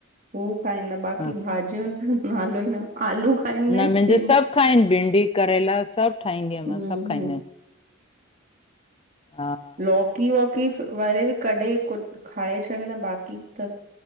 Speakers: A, on the right; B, on the left.
A: हू खाईंदा बाक़ी
B: हा
A: भाॼियूं त नालो ई न आलू खाईंदा
B: न
A: आहिनि
B: मुंहिंजो
A: की
B: सभु खाइन भिंडी करेला सभ ठाहींदी
A: न
B: आहियां मां सभ खाईंदा आहिनि। हा।
A: लॉकी वॉकी वारे बि कॾे कु खाए छंॾीदा बाक़ी त